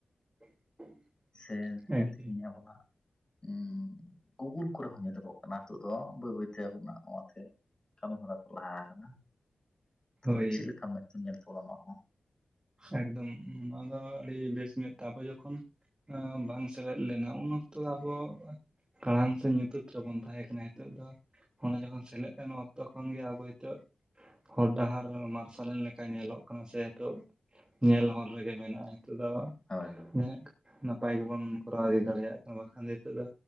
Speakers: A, on the right (about 25°); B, on the left (about 25°).
A: <unintelligible>
B: ᱥᱮ
A: ᱮᱠᱫᱚᱢ
B: ᱮ ᱛᱮᱦᱮᱧ ᱟᱵᱚᱱᱟᱜ ᱩᱸ ᱜᱩᱜᱩᱞ ᱠᱚᱨᱮᱦᱚᱸ ᱧᱮᱞᱚᱜᱚᱜ ᱠᱟᱱᱟ ᱤᱛᱳᱜᱫᱚ᱾ ᱵᱟᱹᱭ ᱵᱟᱹᱭᱛᱮ ᱟᱵᱚᱱᱟᱜ ᱚᱛᱮ ᱠᱟᱹᱢᱤ ᱦᱚᱨᱟ ᱠᱚ ᱞᱟᱦᱟ ᱟᱠᱟᱱᱟ ᱛᱚ
A: ᱦᱳᱭ
B: ᱪᱤᱫ ᱞᱮᱠᱟᱢ ᱢᱮᱫ ᱧᱮᱞ ᱛᱟᱵᱚᱱᱟ ᱚᱝ᱾
A: ᱮᱠᱫᱚᱢ ᱱᱚᱣᱟᱫᱚ ᱟᱹᱰᱤ ᱵᱮᱥ ᱛᱟᱯᱚ ᱡᱚᱠᱷᱚᱱ ᱟᱸ ᱵᱟᱝ ᱥᱮᱞᱮᱫ ᱞᱮᱱᱟ ᱩᱱ ᱚᱠᱛᱚ ᱟᱵᱚ ᱠᱟᱲᱟᱝ ᱥᱮ ᱧᱩᱛᱟᱹᱛ ᱨᱮᱵᱚᱱ ᱛᱟᱦᱮᱸ ᱠᱟᱱᱟ ᱦᱮᱛᱚᱜ ᱫᱚ ᱚᱱᱟ ᱡᱚᱠᱷᱚᱱ ᱥᱮᱞᱮᱫ ᱚᱠᱛᱚᱠᱷᱚᱱ ᱜᱮ ᱟᱵᱚ ᱦᱤᱛᱳᱜ ᱦᱚᱨ ᱰᱟᱦᱟᱨ ᱢᱟᱨᱥᱟᱞᱮᱱ ᱞᱮᱠᱟ ᱧᱮᱞᱚᱜ ᱠᱟᱱᱟ ᱥᱮ ᱥᱮᱤᱛᱚᱜ᱾ ᱧᱮᱞ ᱦᱚᱨ ᱨᱮᱜᱮ ᱢᱮᱱᱟᱜᱼᱟ ᱱᱤᱛᱚᱜ ᱫᱚ
B: ᱦᱳᱭ ᱦᱳᱭ
A: ᱢᱟᱹᱱᱮᱜ ᱱᱟᱯᱟᱭ ᱜᱮᱵᱚᱱ ᱠᱚᱨᱟᱣ ᱤᱫᱤ ᱫᱟᱲᱮᱭᱟᱜ ᱠᱟᱱᱟ ᱵᱟᱠᱷᱟᱱ ᱫᱚ ᱱᱤᱛᱚᱜᱫᱚ